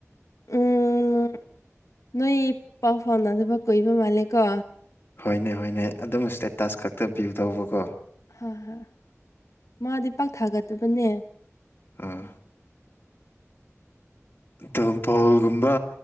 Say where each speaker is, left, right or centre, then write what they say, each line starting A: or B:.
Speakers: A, on the left; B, on the left.
A: ꯎꯝ ꯅꯣꯏ ꯄꯥꯎ ꯐꯥꯎꯅꯗꯕ ꯀꯨꯏꯕ ꯃꯥꯜꯂꯦ ꯀꯣ
B: ꯍꯣꯏꯅꯦ ꯍꯣꯏꯅꯦ ꯑꯗꯨꯝ ꯏꯁꯇꯦꯇꯥꯁ ꯈꯛꯇꯕꯤꯌꯨꯗꯧꯕꯀꯣ
A: ꯍꯣꯏ ꯍꯣꯏ ꯃꯥꯗꯤ ꯄꯥꯛ ꯊꯥꯒꯟꯗꯕꯅꯦ
B: ꯑꯥ ꯑꯣ ꯕꯣꯜꯒꯨꯝꯕ